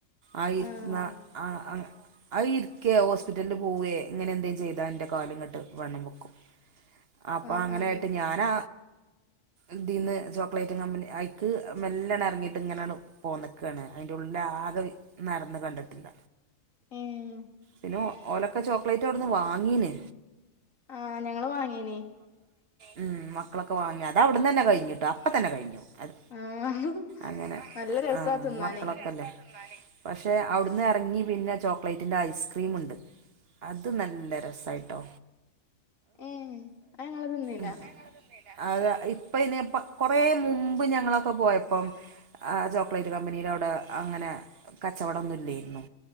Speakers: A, on the right; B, on the left.
A: ആയിര്ന്നാ
B: ആഹ്
A: അ ആ അയിര്ക്കെ ഓസ് പിറ്റല്ൽ പോവേ ഇങ്ങനെ എന്തേം ചെയ്താന്റെ കാല് ങ്ങട്ട് വണ്ണം വെക്കും. അപ്പ
B: ആഹ്
A: അങ്ങനായിട്ട്
B: ആഹ്
A: ഞാനാ ഇതീന്ന് ചോക്ലേറ്റ് കമ്പനി ഐക്ക് മെല്ലെണർങ്ങീട്ട് ഇങ്ങനാണ്ട് പോന്നക്കാണ്. അയ്ന്റെ ഉള്ള്ലാകെ നടന്ന് കണ്ട്ട്ടില്ല.
B: ഏഹ്
A: പിന്നോ ഓലൊക്കെ ചോക്ലേറ്റ് അവ്ടുന്ന് വാങ്ങീന്.
B: ആഹ് ഞങ്ങള് വാങ്ങീനി.
A: മ്. മക്കളൊക്കെ വാങ്ങ. അതവ്ടുന്നന്നെ കഴിഞ്ഞ്ട്ടോ. അപ്പം തന്നെ കഴിഞ്ഞു. അത്
B: ആഹ്
A: അങ്ങനെ
B: നല്ല രസാത്തിനന്നെ
A: ആ മക്കളൊക്കെല്ലേ പക്ഷെ അവിടുന്ന് എറങ്ങി പിന്നെ ചോക്ലേറ്റിന്റെ ഐസ്ക്രീം ഉണ്ട് അത് നല്ല രസായിട്ടോ
B: ഏ അത് ഞങ്ങള് ത്തിന്നില്ല
A: ഉം അത് ഇപ്പ ഇനിപ്പ കൊറ മുമ്പ് ഞങ്ങളൊക്കെ പോയപ്പം ആഹ് ചോക്ലേറ്റ് കമ്പനിടെ അവിടെ അങ്ങനെ കച്ചവടംന്നുംല്ലായിരുന്നു